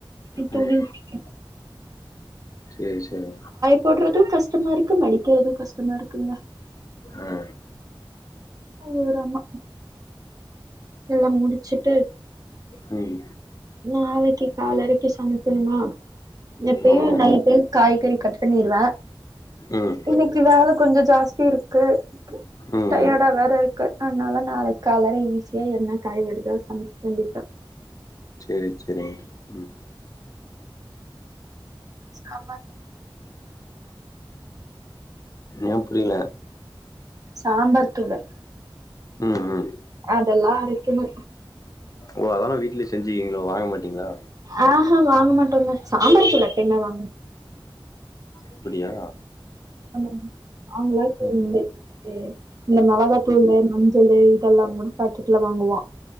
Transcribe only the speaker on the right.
இன்னு துணி
மடிக்கனு
போட்றது கஷ்டமா இருக்கு மடிக்கிறது கஷ்டமா இருக்குங்க
ஐயோ ராமா எல்லா முடிச்சுட்டு
நாளிக்கி காலரிக்கு சமைக்கணுமா எப்பயு
நைட்டு காய்கறி கட் பண்ணிருவே
இன்னிக்கி வேல கொஞ்சோ ஜாஸ்தி இருக்கு
டயர்டா
வேற இருக்கு அதனால நாளிக்கி காலில ஈஸியா என்ன காய் வருதோ சமச்சுக்க வேண்டியதா
சாம்பார்
சாம்பார் தூளு
அதெல்லா அரைக்கணு
ஆஹா வாங்க மாட்டோங்க சாம்பார் தூள் எப்பயுமே வாங்க
ஆமா ஆமா
<inaudible> இந்த மொளகா தூளு மஞ்சளு இதெல்லா கூட பாக்கெட்ல வாங்குவோ